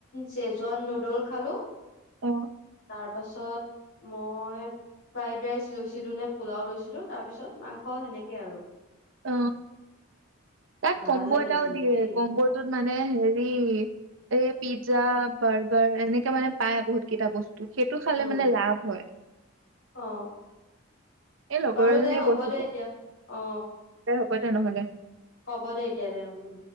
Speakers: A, on the left; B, on the right.
A: চেজুৱান নুডল খালো।
B: অ।
A: তাৰ পাছত মই, ফ্ৰাইড ৰাইচ লৈছিলো নে পোলাও লৈছিলো তাৰ পিছত মাংস সেনেকৈ আৰু।
B: অ, তাত
A: ভাল
B: কম্বু
A: লাগিল
B: এটাও
A: কিন্তু
B: দিয়ে
A: দেই
B: কম্বুটোত মানে হেৰি এই পিজ্জা, বাৰ্গাৰ এনেকাে মানে পায় বহুত কেইটা বস্তু সেইটো খালে
A: উম
B: মানে লাভ হয়
A: অ
B: এই লগৰ
A: বাৰু
B: এজনীয়ে
A: দে হ'ব
B: কৈছিলে
A: দে এতিয়া অ।
B: হ'ব তেনেহলে
A: হ'ব দে, এতিয়া দে উম।